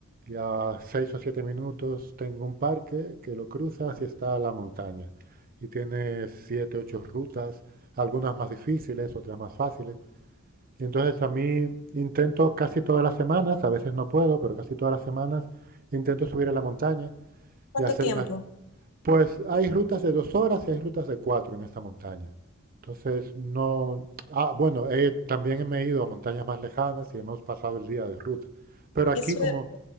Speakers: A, on the right; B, on the left.
A: y a seis o siete minutos tengo un parque que lo cruzas y está la montaña. Y tiene siete, ocho rutas, algunas más difíciles, otras más fáciles. Y entonces a mí intento casi todas las semanas, a veces no puedo, pero casi todas las semanas intento subir a la montaña
B: ¿Cuánto
A: y hacer
B: tiempo?
A: unas pues hay rutas de dos horas y hay rutas de cuatro en esta montaña. Entonces, no. Ah, bueno, he- también me he ido a montañas más lejanas y hemos pasado el día de ruta. Pero aquí,
B: ¡Qué suerte!
A: como.